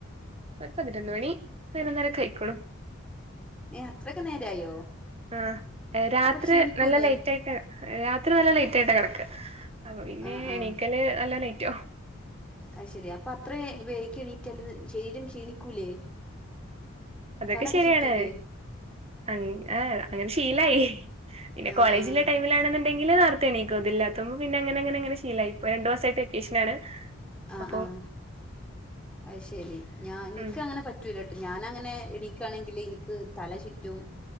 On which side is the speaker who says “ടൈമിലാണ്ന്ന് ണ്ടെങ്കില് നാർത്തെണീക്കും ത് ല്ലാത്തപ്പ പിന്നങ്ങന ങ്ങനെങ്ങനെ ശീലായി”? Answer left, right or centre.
Right